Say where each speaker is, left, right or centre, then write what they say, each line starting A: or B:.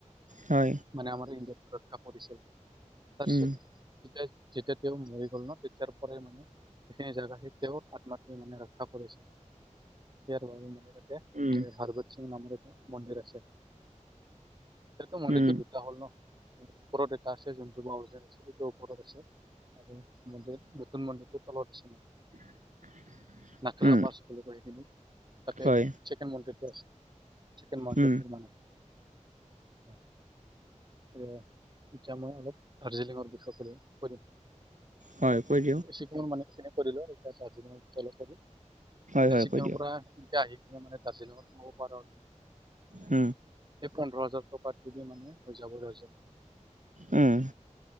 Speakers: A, on the right (about 75°); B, on the right (about 35°).
A: হয়।
B: মানে আমাৰ ইণ্ডিয়াত ৰক্ষা পৰিছিল, তাৰপিছত
A: উম,
B: তেতিয়া যেতিয়া তেওঁ, মৰি গ'ল ন, তেতিয়াৰ পৰাই মানে সেই জেগাতেই তেওঁৰ আত্মা তে, মানে ৰক্ষা কৰিছে, ইয়াৰ বাবে মানে তাত তে,
A: উম,
B: হৰবত সিং নামৰ এটা মন্দিৰ আছে, তাততো মন্দিৰটো
A: উম,
B: দু ত, হ'ল ন, ওপৰত এটা আছে, যোনটো ম, আজেছো সেইটো ওপৰত আছে। আৰু মন্দিৰ, নতুন মন্দিৰটোৰ তলত আছে মানে।
A: <unintelligible>
B: নাখেলা
A: উম,
B: বাছ, বুলি কয় সেইখিন তাকে
A: হয়,
B: চেকেন মন্দিৰটো আছে। চিকেন মন্দিৰটোৰ
A: উম,
B: মানে অ, <unintelligible> এইয়া, ইতিয়া মই অলপ দাৰ্জিলিঙৰ বিষয়ে কৰিম, কৰিম।
A: হয় কৈ দিয়ক
B: এই, চিকিমৰ মানে কেনে পৰিল এতিয়া দাৰ্জিলিঙৰ‌ অলপ পঢ়িম। এতিয়া
A: হয়, হয়
B: ছিকিমৰ
A: কৈ দিয়ক।
B: পৰা এতিয়া আহি কিনে, মানে দাৰ্জিলিঙত সোমাব পাৰো আৰু।
A: উম,
B: এই পোন্ধৰ হাজাৰ টকাতো দিয়ে মানে <unintelligible>
A: উম,